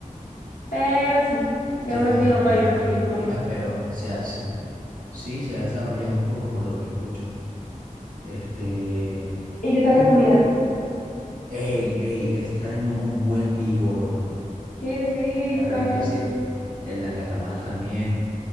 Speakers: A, on the left; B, on the right.
A: Pero sí, le
B: Ya,
A: han metido mayor
B: ya.
A: turismo
B: Mira,
A: acá.
B: pero se hace, sí, se ha desarrollado un poco por lo que escucho. Este,
A: ¿Y qué tal
B: es que
A: la comida?
B: me, tra- ey, ey, extraño un buen vigorón.
A: ¡Qué ricas!
B: La verdad es que sí. El nacatamal también.